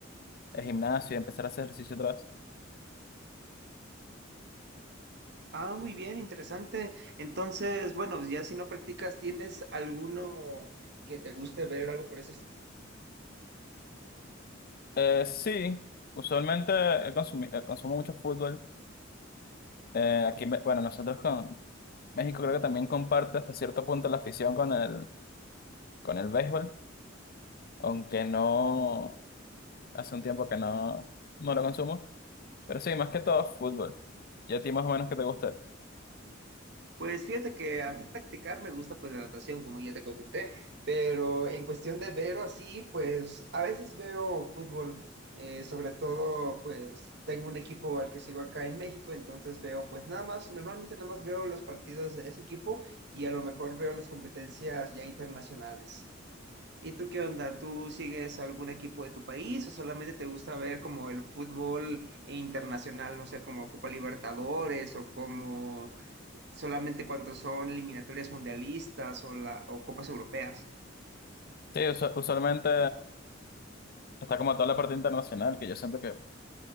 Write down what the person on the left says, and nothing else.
el gimnasio y empezar a hacer ejercicio otra vez.
Eh, sí, usualmente he consumi- eh, consumo mucho fútbol. Eh, aquí, en Ve- bueno, nosotros con México creo que también comparte hasta cierto punto la afición con el, con el béisbol, aunque no, hace un tiempo que no, no lo consumo. Pero sí, más que todo fútbol. ¿Y a ti más o menos qué te gusta?
Sí, usa- usualmente está como toda la parte internacional, que yo siento que,